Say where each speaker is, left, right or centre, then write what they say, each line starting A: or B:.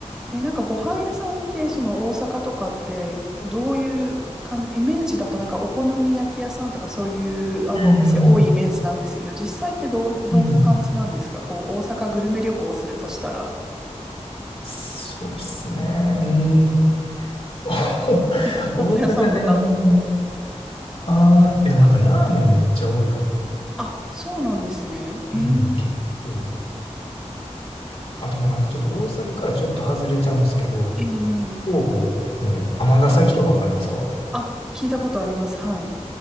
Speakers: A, in the centre; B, on the left (about 55°).
A: えなんかご飯屋さんって、その大阪とかって、どういう感じ、イメージだとなんかお好み焼き屋さんとかそういう、あの、
B: うん。
A: お店多いイメージなんですけど、実際ってどん、どんな感じなんですかこう、
B: うん。
A: 大阪グルメ旅行するとしたら、
B: そうっすね。うん。<laughs>
A: 串カツ屋さんとか。
B: 大阪であんま、ああ、えでもなんかラーメンめっちゃ多いかも。
A: あ、そうなんですね。へえ。
B: うん。結構、あとまあなんかちょっと大阪からちょっと外れちゃうんですけど、
A: ええ
B: 兵庫の尼崎とかわかりますか
A: うんあ、聞いたことあります。はい。